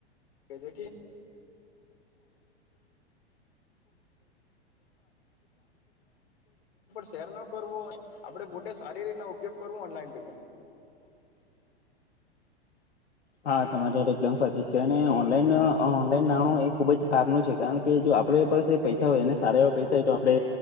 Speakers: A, on the left; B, on the left.
A: જેાર અંક હોય શેર ન કરવો આપે પોતે સારી રીતના ઉપયોગ કરવોનેમેન્ટ
B: હા તમારી માટે એકદમ સાચી છે અને ઓનલાઈન ઓનલાઈન નાણું એ ખુબ જ ખરાબ નું છે કારણ કે જો આપડ પસે પૈસા હોય એને સારા પૈસા હોય તો આપડે